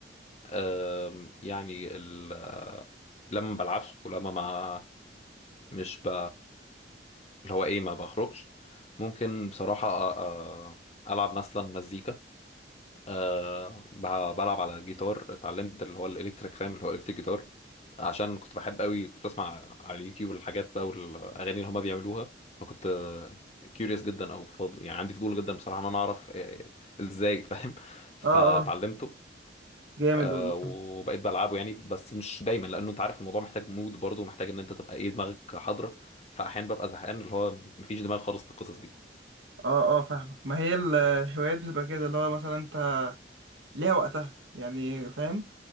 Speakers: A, on the left (about 35°); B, on the right (about 85°).
A: أم، يعني ال لما ما بلعبش ولما ما مش ب اللي هو ايه ما بخرجش ممكن بصراحة آه، آه، ألعب مثلا مزيكا أه ب- بلعب على جيتار اتعلمت اللي هو الإلكتريك فاهم اللي هو إلكتريك جيتار عشان كنت بحب قوي كنت بسمع على اليوتيوب الحاجات بقى والأغاني اللي هما بيعملوها فكنت كيوريوس جدا أو فض... يعني عندي فضول جدا بصراحة إن أنا أعرف آه، إزاي فاهم <laughs> فاتعلمته
B: اه اه جامد
A: آه،
B: والله
A: وبقيت بلعبه يعني بس مش دايما لانه انت عارف الموضوع محتاج مود برضه ومحتاج ان انت تبقى ايه دماغك حاضره فاحيانا ببقى زهقان اللي هو مفيش دماغ خالص للقصص دي
B: اه اه فاهمك ما هي ال- الهوايات بتبقى كده اللي هو مثلا انت ليها وقتها يعني فاهم